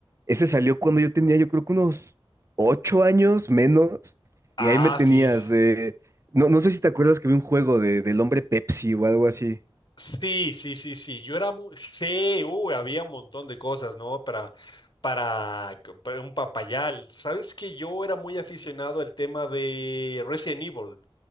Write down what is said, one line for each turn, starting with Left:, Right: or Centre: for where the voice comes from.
Right: ese salió cuando yo tenía yo creo que unos ocho años menos,
Left: Ah,
Right: y ahí me tenías,
Left: sí.
Right: eh, no, no sé si te acuerdas que vi un juego de, del hombre Pepsi o algo así.
Left: Sí, sí, sí, sí. Yo era muy... Sí, uy, había un montón de cosas, ¿no? Para, para, c- para un papayal. ¿Sabes que yo era muy aficionado al tema de Resident Evil?